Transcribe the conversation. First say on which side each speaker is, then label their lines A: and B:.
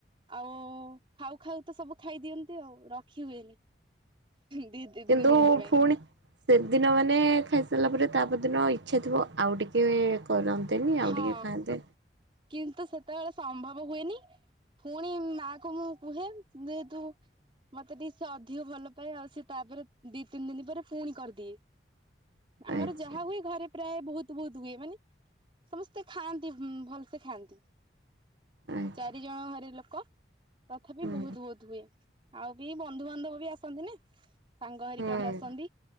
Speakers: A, on the right; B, on the right.
A: ଆଉ ଖାଉ ଖାଉ ତ ସବୁ ଖାଇଦିଅନ୍ତି ଆଉ ରଖି ହୁଏନି। ଦି ତିନି
B: କିନ୍ତୁ
A: ଦିନ ପାଇଁ
B: ଫୁଣି ସେଦିନ ମାନେ ଖାଇସାରିଲା ପରେ ତାପରଦିନ ଇଚ୍ଛା ଥିବ ଆଉ ଟିକେ କରନ୍ତେନି ଆଉ
A: ହଁ
B: ଟିକେ ଖାଆନ୍ତେ
A: କିନ୍ତୁ ସେତେବେଳେ ସମ୍ଭବ ହୁଏନି। ପୁଣି ମାକୁ ମୁଁ କୁହେ ଯେ ତୁ ମତେ ଟିକେ ସେ ଅଧିକ ଭଲ ପାଏ ଆଉ ସେ ତାପରେ ଦି ତିନି ଦିନ ପରେ ପୁଣି କରିଦିଏ। ଆମର
B: ଆଚ୍ଛା
A: ଯାହା ହୁଏ ଘରେ ପ୍ରାୟ ବୋହୁତ ବୋହୁତ ହୁଏ ମାନେ ସମସ୍ତେ ଖାଆନ୍ତି ଭଲସେ ଖାଆନ୍ତି
B: ଆଚ୍ଛା
A: ଚାରି ଜଣ ଘରେ ଲୋକ। ତଥାପି
B: ହୁଁ
A: ବହୁତ ବହୁତ ହୁଏ ଆଉ ବି ବନ୍ଧୁବାନ୍ଧବ ବି ଆସନ୍ତି ନା ସାଙ୍ଗ ହେରିକା
B: ହୁଁ
A: ବି ଆସନ୍ତି